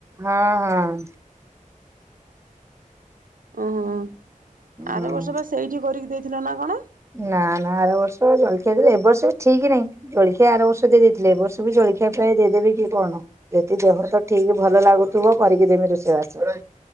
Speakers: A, on the right; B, on the right.
A: ହଁ ହଁ
B: ଓ ହୋ
A: ହୁଁ
B: ଆର ବର୍ଷ ବା ସେଇଠି କରିକି ଦେଇଥିଲ ନା କଣ?
A: ନା ନା ଆର ବର୍ଷ ଜଳ ଖିଆ ଏବ ବର୍ଷ ବି ଠିକ ନାହିଁ। ଜଳଖିଆ ଆର ବର୍ଷ ଦେଇ ଦେଇଥିଲେ ଏବ ବର୍ଷ ବି ଜଳଖିଆ ପ୍ରାୟ ଦେଇଦେବେ କି କଣ? ଯଦି ଦେହ ତ ଠିକ ଭଲ ଲାଗୁଥିବ କରିକି ଦେମି ରୋଷେଇବାସିବ